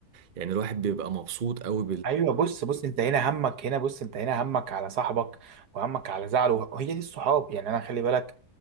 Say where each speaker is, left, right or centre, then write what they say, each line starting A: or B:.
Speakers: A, on the right (about 40°); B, on the right (about 70°).
A: يعني الواحد بيبقى مبسوط قوي
B: ايوه بص بص انت هنا همك هنا بص انت هنا همك على صاحبك وهمك على زعله وهي دي الصحاب يعني انا خلي بالك